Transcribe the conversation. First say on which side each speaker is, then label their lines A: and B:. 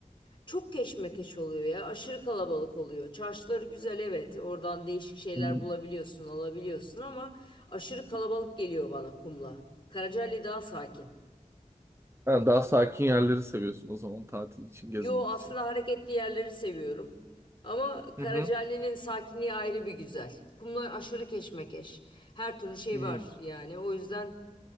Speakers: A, on the left; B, on the right.
A: Çok keşmekeş oluyor ya. Aşırı kalabalık oluyor. Çarşıları güzel evet. Oradan değişik şeyler
B: Hı hı.
A: bulabiliyorsun, alabiliyorsun ama aşırı kalabalık geliyor bana Kumla. Karacaali daha sakin.
B: Ha, daha sakin yerleri seviyorsun o zaman tatil için, gezmek
A: Yo aslında
B: için.
A: hareketli yerleri seviyorum. Ama Karacaali'nin
B: Hı hı.
A: sakinliği ayrı bir güzel. Kumlar aşırı keşmekeş. Her türlü şey
B: Hı.
A: var yani. O yüzden